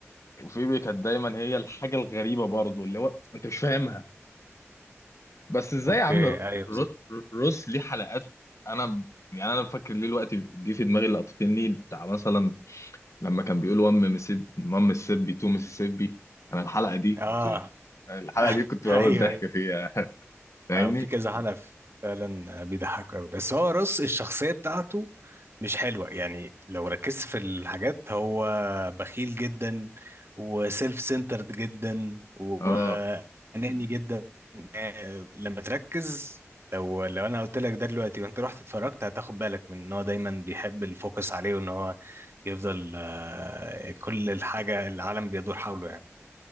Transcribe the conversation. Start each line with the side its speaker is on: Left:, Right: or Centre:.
Left: وفيبي كانت دايما هي الحاجه الغريبه برضه اللي هو انت مش فاهمها بس ازاي
Right: اوكي
Left: يا عم ر-
Right: ايوه
Left: ر-
Right: بالظبط
Left: روس ليه حلقات انا يعني انا فاكر ليه الوقت جه في دماغي لقطتين ليه بتاع مثلا لما كان بيقول وام مسيب مام مسيبي تو مسيسيبي انا الحلقه دي
Right: اه
Left: كنت- الحلقه
Right: <laughs>
Left: دي كنت بموت
Right: ايوه
Left: ضحك فيها <laughs> فاهمني
Right: آه، في كذا حلقة فعلا بيضحكوا قوي بس هو رص الشخصية بتاعته مش حلوة يعني لو ركزت في الحاجات هو بخيل جدا وسيلف سنترد جدا وأناني
Left: اه
Right: جدا آه، لما تركز لو لو انا قلت لك ده دلوقتي وانت رحت اتفرجت هتاخد بالك من ان هو دايما بيحب الفوكس عليه وان هو يفضل آه، كل الحاجة العالم بيدور حوله يعني